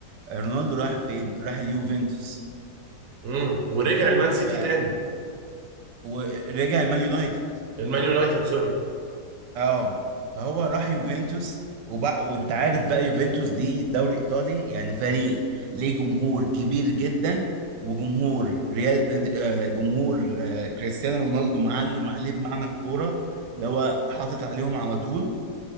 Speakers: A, on the right (about 80°); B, on the right (about 60°).
A: آه، رونالدو راح فين؟ راح اليوفنتوس
B: امم ورجع المان سيتي
A: ف
B: تاني
A: ورجع المان يونايتد
B: المان يونايتد سوري
A: اه فهو راح يوفنتوس وبقى وانت عارف بقى يوفنتوس دي دوري ايطالي يعني فريق ليه جمهور كبير جدا وجمهور ريال مد- آه، جمهور آه، كريستيانو رونالدو معلم عليه بمعنى الكوره اللي هو حاطط عليهم على طول